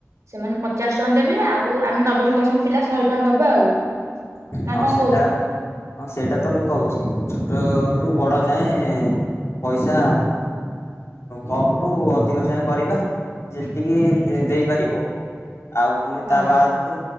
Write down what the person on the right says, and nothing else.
ସେମାନେ ପଚାଶ ଟଙ୍କା ଦେବେ ଆଉ ଆମେ ନବମ ଦଶ ପିଲା ଶହେ ଟଙ୍କା ଦବା ଆଉ ନା
କଣ
କହୁଛୁ?
ହଁ।